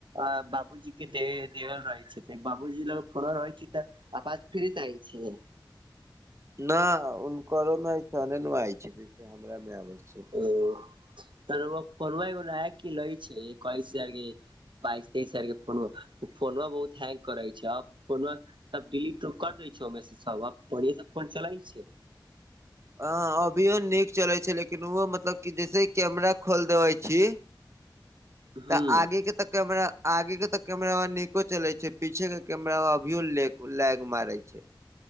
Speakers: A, on the right; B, on the right.
A: अ बाबूजी के दे देल रहै छै बाबूजी ल फोन रहै छै तऽ। आवाज फ्री से आय छियै।
B: न हुनकरो में ऐसने ने आइ छै, जैसे हमरा मे आबै छै।
A: <unintelligible> बास तेइस हजार के फोनमा, -फोनमा बहुत हैंग करै छै आ फोन म सब डिलीट कर दै छै मैसेज सब, आब बढ़िआ से फोन चलै छै।
B: अ अभियो नीक चले छै, लेकिन ओहो मतलब कि जैसे कैमरा खोल देबे छी।
A: <inaudible> हूँ
B: तऽ आगे के तऽ केमरा आगे के तऽ कैमरा वा नीको चले छै, पीछे के कैमरा अभियो लै- लैग मारे छै।